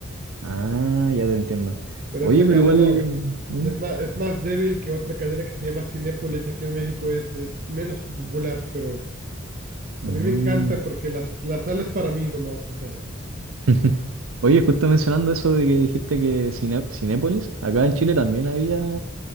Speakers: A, on the right; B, on the right.
A: Ah, ya te entiendo.
B: Pero
A: Oye,
B: esta
A: pero
B: cadena
A: igual... ¿Mm?
B: es más, es más débil que otra cadena que se llama Cinépolis aquí en México, es, es menos popular, pero
A: Mm.
B: a mí me encanta porque las, la sala es para mí nomás, o sea,
A: <laughs> Oye, justo mencionando eso de que dijiste que Cine- Cinépolis, acá en Chile también había